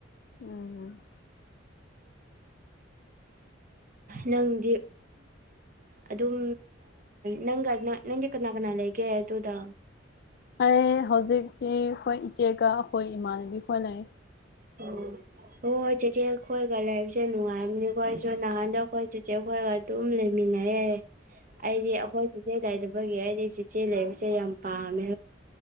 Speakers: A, on the left; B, on the right.
A: ꯎꯝ
B: ꯅꯪꯗꯤ ꯑꯗꯨꯝ ꯅꯪꯒ ꯅꯪꯗꯤ ꯀꯅꯥ ꯀꯅꯥ ꯂꯩꯒꯦ ꯑꯗꯨꯗ
A: ꯑꯩ ꯍꯧꯖꯤꯛꯇꯤ ꯑꯩꯈꯣꯏ ꯏꯆꯦꯒ ꯑꯩꯈꯣꯏ ꯏꯃꯥꯟꯅꯕꯤ ꯈꯣꯏ ꯂꯩ
B: ꯎꯝ ꯍꯣꯏ ꯍꯣꯏ ꯆꯦꯆꯦ ꯈꯣꯏꯒ ꯂꯩꯕꯁꯦ ꯅꯨꯡꯉꯥꯏꯕꯅꯤ ꯈꯣꯏꯁꯨ ꯅꯍꯥꯟꯗ ꯑꯩꯈꯣꯏ ꯆꯦꯆꯦ ꯈꯣꯏꯒ ꯑꯗꯨꯝ ꯂꯩꯃꯤꯟꯅꯩ ꯌꯥꯏ
A: <inaudible>
B: ꯑꯩꯗꯤ ꯑꯩꯈꯣꯏ ꯆꯤꯆꯦ ꯂꯩꯗꯕꯒꯤ ꯑꯩꯗꯤ ꯆꯤꯆꯦ ꯂꯩꯕꯁꯦ ꯌꯥꯝ ꯄꯥꯝꯃꯦ